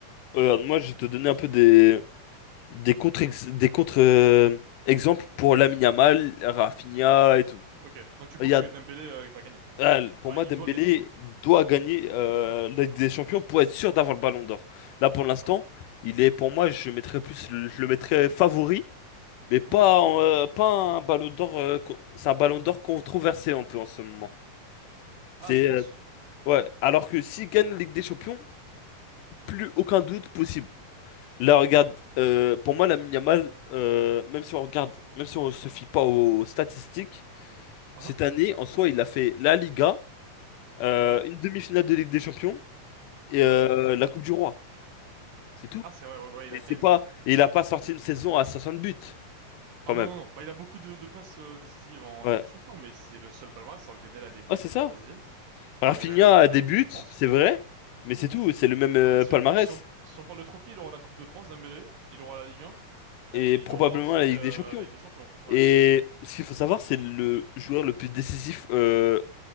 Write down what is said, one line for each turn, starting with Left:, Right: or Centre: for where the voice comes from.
Left: euh, moi, je vais te donner un peu des, des contre, des contre, euh, exemples pour Lamine Yamal, Rafinha et tout.
Right: Ok, donc tu penses
Left: Il y a
Right: que Dembélé euh, va gagner.
Left: Ah, pour
Right: Enfin,
Left: moi,
Right: il
Left: Dembélé
Right: doit le gagner,
Left: doit gagner euh, la Ligue des Champions pour être sûr d'avoir le Ballon d'Or. Là, pour l'instant,
Right: d'accord.
Left: il est pour moi, je mettrais plus, je le mettrais favori, mais
Right: Mhm.
Left: pas en, euh, pas un Ballon d'Or. euh, con- c'est un Ballon d'Or controversé un peu en ce moment. C'est
Right: Ah, tu penses?
Left: euh, ouais. Alors que s'il gagne la Ligue des Champions, plus aucun doute possible. Là, regarde, euh, pour moi, la Yamal, euh, même si on regarde, même si on se fie pas aux statistiques,
Right: Hein
Left: cette année, en soi, il a fait la Liga, euh,
Right: Oui,
Left: une demi-finale de Ligue des Champions. et
Right: ouais.
Left: euh, la Coupe du Roi. C'est tout.
Right: Ah, c'est vrai, ouais, ouais, il
Left: Et
Right: a quand
Left: c'est
Right: même...
Left: pas.
Right: euh,
Left: et il a pas sorti une saison à 60 buts, quand
Right: Ah non,
Left: même.
Right: non, non, bah il a beaucoup de, de passes euh, décisives en
Left: Ouais.
Right: Ligue des Champions, mais c'est le seul palmarès, alors que Dembélé a des buts,
Left: Ah, c'est
Right: a
Left: ça.
Right: des passes décisives.
Left: Rafinha
Right: Euh, il a le,
Left: a
Right: la
Left: des
Right: Coupe
Left: buts,
Right: de France.
Left: c'est vrai, mais c'est tout. C'est le même euh,
Right: Après, si,
Left: palmarès.
Right: si on, si on parle de trophée, il aura la Coupe de France, Dembélé, il aura la Ligue 1, et
Left: Et probablement
Right: il aura aussi
Left: la Ligue
Right: euh,
Left: des Champions.
Right: la Ligue des Champions. Ouais.
Left: Et ce qu'il faut savoir, c'est le joueur le plus décisif euh,